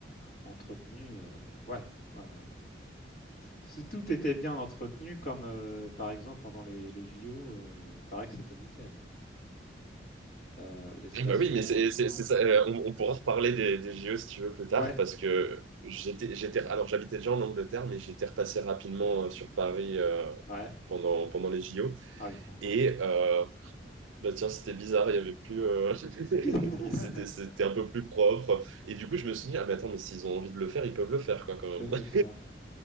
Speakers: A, on the left; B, on the right.
A: entretenu, euh, ouais, ouais, ouais. Si tout était bien entretenu, comme euh, par exemple pendant les, les JO, euh, il paraît que c'était nickel. hein. Euh, les stations,
B: Eh ben oui, mais c'est,
A: les trains.
B: c'est, c'est ça. euh, on, on pourra reparler des, des JO si tu veux plus tard,
A: Ouais,
B: parce que j'étais, j'étais, alors j'habitais déjà en Angleterre, mais j'étais repassé rapidement euh, sur Paris euh,
A: ouais.
B: pendant, pendant les JO.
A: Ah, il faut en parler.
B: Et euh, bah tiens, c'était bizarre, il y avait plus, euh, <laughs>
A: <laughs>
B: c'était, c'était un peu plus propre. Et du coup, je me suis dit, ah mais attends, mais s'ils ont envie de le faire, ils peuvent le faire, quoi, quand
A: Ils
B: même.
A: peuvent le faire, ouais.